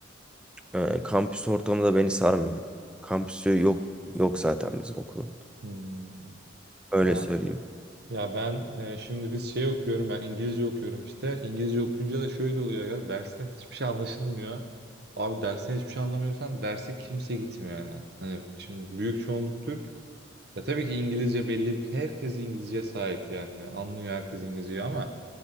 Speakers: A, in the centre; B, on the right.
A: Ee, kampüs ortamı da beni sarmıyor. Kampüsü yok yok zaten bizim okulun.
B: hmm.
A: Öyle
B: Ya
A: söyleyeyim.
B: ya ben eee, şimdi biz şey okuyorum. Ben İngilizce okuyorum işte. İngilizce okuyunca da şöyle oluyor ya. Dersten hiçbir şey anlaşılmıyor. Abi dersten hiçbir şey anlamıyorsan derse kimse gitmiyor yani. Hani şimdi büyük çoğunluk Türk. Ya tabii ki İngilizce belli bir herkes İngilizce sahip yani anlıyor herkes İngilizceyi ama